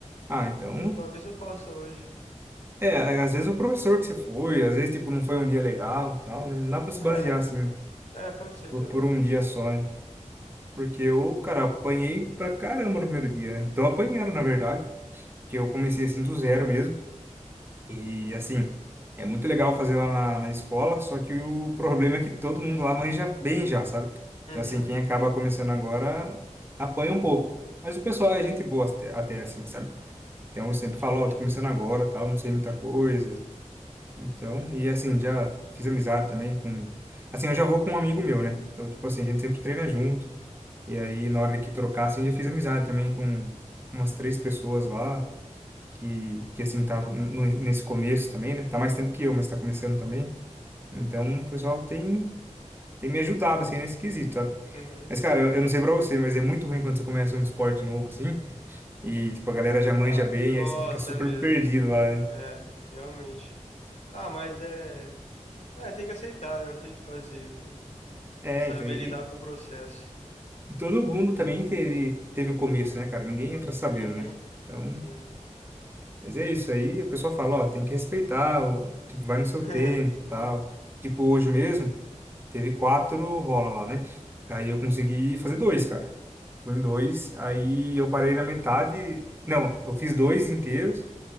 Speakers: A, on the right; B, on the left.
A: Ah, então,
B: Então talvez eu faça hoje.
A: é, às vezes o professor que você foi, às vezes, tipo, não foi um dia legal, e tal, né? Não dá pra se
B: É,
A: basear, assim,
B: é, pode ser
A: por,
B: também.
A: por um dia só, hein? Porque eu, cara, apanhei pra caramba no primeiro dia, né? Tô apanhando, na verdade, que eu comecei assim do zero mesmo. E assim, é muito legal fazer lá na, na escola, só que o problema é que todo mundo lá manja bem já, sabe?
B: Uhum,
A: Então, assim, quem acaba começando agora apanha um pouco. Mas o pessoal é gente boa até, até assim, sabe? Então eu sempre
B: entendi.
A: falo, ó, tô começando agora, tal, não sei muita coisa. Então, e assim, já fiz amizade também com. Assim, eu já vou com um amigo meu, né? Então, tipo assim, a gente sempre treina junto. E aí, na hora que trocar, assim, já fiz amizade também com umas três pessoas lá, que, que assim, estavam nesse começo também, né? Tá mais tempo que eu, mas tá começando também. Então, o pessoal tem, tem me ajudado, assim, nesse quesito, sabe?
B: Uhum.
A: Mas, cara, eu, eu não sei pra você, mas é muito ruim quando você começa um esporte novo, assim, e, tipo, a galera já manja
B: Ah,
A: bem,
B: nossa,
A: aí você fica super
B: é mesmo.
A: perdido lá, né?
B: É, realmente. Ah, mas é, é, tem que aceitar, né? Não tem o que fazer, tem que
A: É,
B: saber
A: então, e,
B: lidar com o processo.
A: e todo mundo também teve, teve o começo, né, cara? Ninguém entra sabendo,
B: Uhum,
A: né? Então,
B: sim.
A: Mas é isso aí, a pessoa fala, ó, tem que respeitar, o- tipo, vai no seu
B: <laughs>
A: tempo, tal. Tipo, hoje mesmo, teve quatro rola lá, né? Aí eu consegui fazer dois, cara. Fui em dois, aí eu parei na metade. Não, eu fiz dois inteiros.